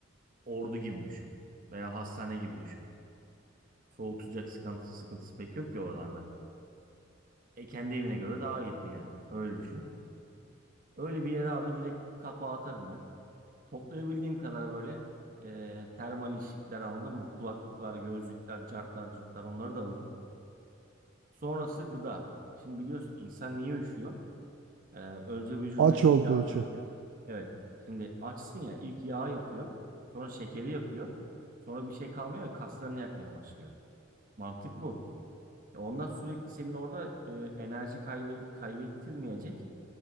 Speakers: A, on the right; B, on the right.
A: ordu gibi düşün. Veya hastane gibi düşün. Soğuk sıcak sıkıntı, sıkıntısı pek yok ya oralarda. E kendi evine göre daha iyidir yani. Öyle düşün. Öyle bir yere abi direkt kapağı atarım ben. Toplayabildiğim kadar böyle e, termal işlikler aldım mı? Kulaklıklar, gözlükler, cartlar, cırtlar onları da alırım. Sonrası gıda. Şimdi biliyorsun insan niye üşüyor? E, önce vücudundaki
B: Aç olduğu
A: yağ
B: için.
A: yakıyor. Evet. Şimdi açsın ya ilk yağ yakıyor. Sonra şekeri yakıyor. Sonra bir şey kalmıyor ya kaslarını yakmaya başlıyor. Mantık bu. E, Ondan sürekli senin orada e, enerji kaybe kaybettirmeyecek.